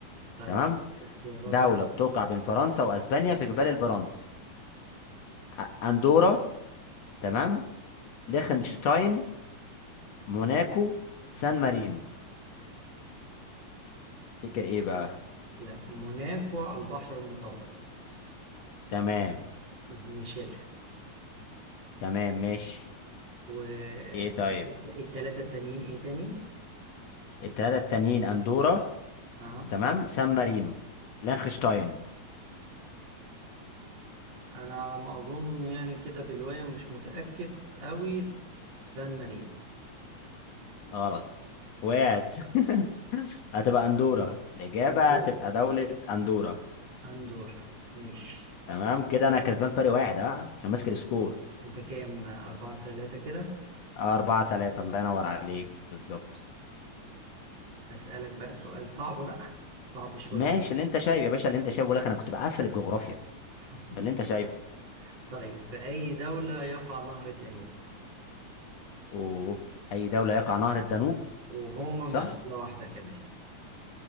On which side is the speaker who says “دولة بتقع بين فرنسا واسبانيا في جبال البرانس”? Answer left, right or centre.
Left